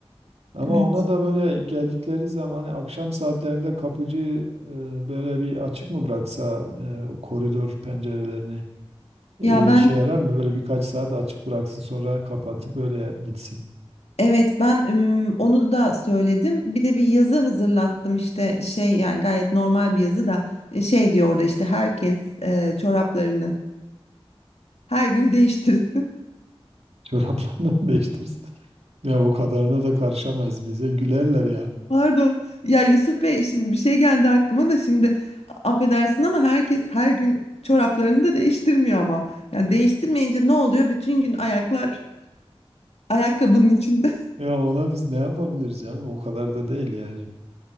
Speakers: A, on the right; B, on the left.
A: Ama
B: Evet.
A: ona da böyle geldikleri zaman hani akşam saatlerinde kapıcı e, böyle bir açık mı bıraksa e, o koridor pencerelerini e,
B: Ya ben
A: işe yarar mı? Böyle birkaç saat açık bıraksın sonra kapatıp öyle gitsin.
B: evet ben ım, onu da söyledim. Bir de bir yazı hazırlattım işte şey yani gayet normal bir yazı da e, şey diyor orada işte herkes e, çoraplarını Her gün değiştirsin.
A: <laughs> Çoraplarını mı değiştirsin? Ya o kadarına da karışamayız bize. Gülerler ya.
B: <laughs> Pardon. Ya Yusuf Bey şimdi bir şey geldi aklıma da şimdi a- affedersin ama herkes her gün çoraplarını da değiştirmiyor ama. Yani değiştirmeyince ne oluyor? Bütün gün ayaklar ayakkabının içinde. <laughs>
A: Ya ona biz ne yapabiliriz canım? O kadar da değil yani.